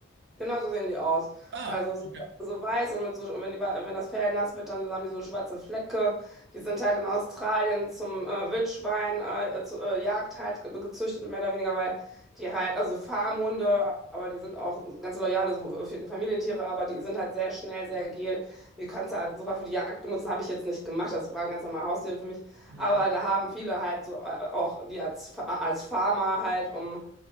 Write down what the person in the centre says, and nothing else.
Genau so sehen die aus.
Also so,
so weiß und mit so, und wenn die, Wa- wenn das Fell nass wird, dann haben die so schwarze Flecke. Die sind halt in Australien zum äh, Wildschwein, äh, zu, äh, Jagd halt ge- gezüchtet, mehr oder weniger, weil die halt, also Farmhunde, aber die sind auch ganz loyale so, äh, Familientiere, aber die sind halt sehr schnell, sehr agil. Die kannst du halt super für die Jagd benutzen, habe ich jetzt nicht gemacht, das waren ganz normale Haustiere für mich.
Aber da haben viele halt so äh, auch die als, Fa- als Farmer halt, um